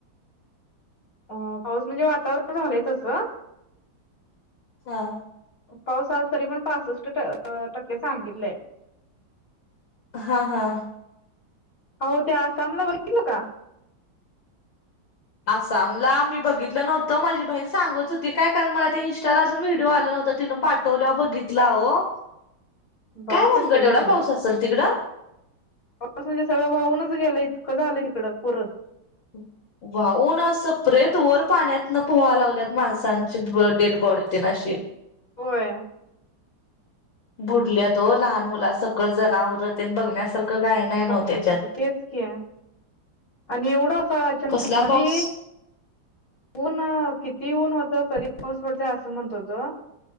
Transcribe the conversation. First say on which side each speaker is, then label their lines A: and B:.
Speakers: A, on the left (about 45°); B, on the left (about 70°).
A: अ पाऊस म्हणजे वातावरण झालंय तसं.
B: ''हां''
A: पाऊस आज तरी पण पासष्ट ट टक्के सांगितलंय.
B: हा हा,
A: अवो ते आसामला बघितलं का.
B: आसामला मी बघितलं नव्हतं माझी बहीण सांगत होती, काय कारण मला ते इंस्टाला अजून व्हिडिओ आलं नव्हता तिनं पाठवल. ठवल्यावर बघितला हो
A: बघा
B: काय भानगड
A: कसलं झालंय
B: एवढा पाऊस असल तिकडं.
A: पाऊस म्हणजे सगळं वाहूनच गेलंय इतकं झालंय तिकडं पुरं.
B: हम्म, वाहून असं प्रेत वर पाण्यातन पोहा लागल्यात माणसांची डेड बॉडी. तेनास्नी अशी.
A: होय,
B: बुडल्यात हो लहान मुला सकट जनावर त्यन बघण्यासारखं. काही नाही नव्ह
A: बघण्यासारखं
B: त्याच्यात.
A: तेच कि, आणि एवढं <unintelligible> असं अचानक
B: कसला
A: मधी
B: पाऊस?
A: ऊन किती ऊन होत कधी पाऊस पडतय असं म्हणत होत.